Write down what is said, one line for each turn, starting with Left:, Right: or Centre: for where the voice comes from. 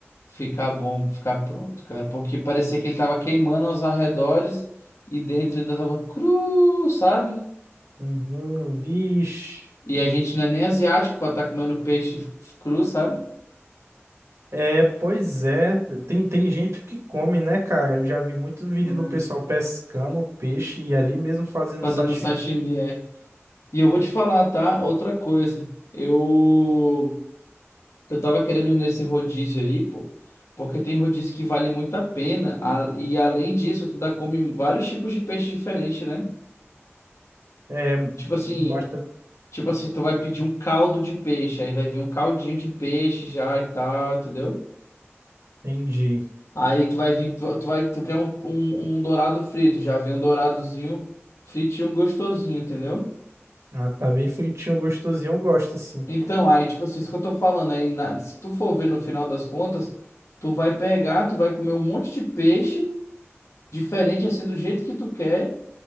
Left: ficar bom, ficar pronto, cara, porque parecia que ele tava queimando aos arredores e dentro ele tava cru, sabe?
Right: Uhum. Vixe.
Left: E a gente não é nem asiático pra estar comendo peixe cru, sabe?
Right: É, pois é. Tem, tem gente que come, né, cara? Eu já vi muito vídeo
Left: Hum,
Right: do pessoal pescando peixe e ali mesmo fazendo
Left: Fazendo
Right: sashimi.
Left: sashimi, é. E eu vou te falar, tá? Outra coisa. Eu Eu tava querendo ir nesse rodízio aí, pô, porque tem rodízio que vale muito a pena. a- e além disso, tu dá come vários tipos de peixe diferente, né?
Right: É,
Left: Tipo assim,
Right: basta.
Left: tipo assim, tu vai pedir um caldo de peixe, aí vai vir um caldinho de peixe já e tal, entendeu?
Right: Entendi.
Left: Aí tu vai vir, tu, tu vai, tu quer um, um, um dourado frito, já vem um douradozinho fritinho gostosinho, entendeu?
Right: Ah, tá bem fritinho, gostosinho. Eu gosto, assim.
Left: Então, aí, tipo assim, isso que eu tô falando aí, na- se tu for ver no final das contas, tu vai pegar, tu vai comer um monte de peixe. diferente assim do jeito que tu quer